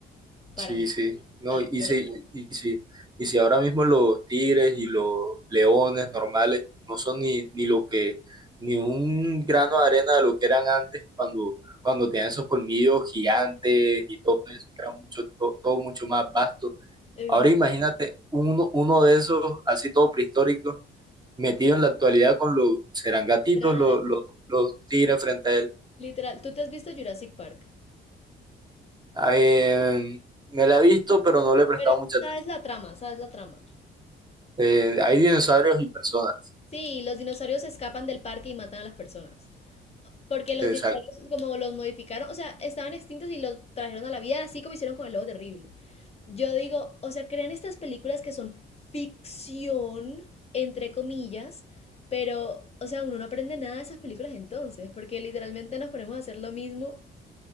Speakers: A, on the left; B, on the right.
A: Para
B: Sí,
A: mí.
B: sí, no,
A: A mí me
B: y
A: parece.
B: si, y si, y si ahora mismo los tigres y los leones normales no son ni, ni lo que, ni un grano de arena de lo que eran antes cuando, cuando tenían esos colmillos gigantes y todo eso, que era mucho, to- todo mucho más vasto.
A: Eso,
B: Ahora
A: es
B: imagínate uno, uno de esos, así todo prehistórico, metido en la actualidad con los, serán gatitos
A: Literal,
B: los, los, los tigres frente a él.
A: literal. Tú te has visto Jurassic Park.
B: Ah, eh, me la he visto, pero no le he prestado
A: Pero
B: mucha
A: sabes
B: atención.
A: la trama, sabes la trama.
B: Eh, hay dinosaurios y personas.
A: Sí, los dinosaurios escapan del parque y matan a las personas. Porque los
B: Exacto.
A: dinosaurios, como los modificaron, o sea, estaban extintos y los trajeron a la vida, así como hicieron con el lobo terrible. Yo digo, o sea, crean estas películas que son ficción, entre comillas, pero, o sea, uno no aprende nada de esas películas entonces, porque literalmente nos ponemos a hacer lo mismo